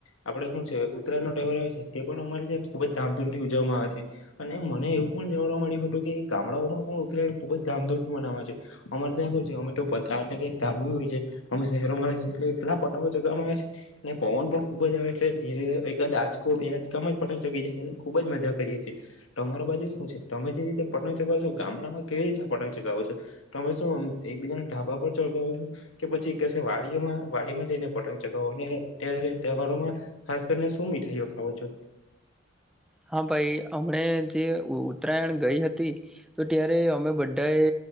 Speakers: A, on the left; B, in the centre.
A: આપડે શું છે ઉત્તરાય નો તહેવાર આવે છે તે પણ અમારી ત્યાં ખુબ જ ધામધૂમથી ઉજવવામા અને મને એવું પણ જાણવા મળ્યું હતું કે ગામડાઓમાં પણ ઉતરાય ખુબ જ ધામધૂમ બનાવે છે અમારે ત્યાંખ છે અમે તો એટલે કે ધાબુ હોય છે અમે શહેરોમાં રી એટલે એટલા પતંગો ચગવામાં આવે છે ને પવન પણ ખુબ જ આવે એટલે ધીરે એક જ આંચકો બે આંચકામાં જ પતંગ ચગી જાય છેને ખુબ જ કરીએ છીએ તમારા બાજુ શું છે તમે જે રીતે પતંગ ચગાવો છો ગામડામાં કેવી રીતના પતંગ ચગાવો છો તમે શું એકબીજાના ઢાબા પર ચગાવો છો કે પછી વાડીમાં વાડીમાં જઈને પતંગ ચગાવોને ત્યારે તહેવારોમાં ખાસ કરીને શું મીઠાઈઓ ખાવો છો.
B: હા ભાઈ અમણા જે ઉત્તરાયણ ગઈ હતી તો ત્યારે અમે બધાએ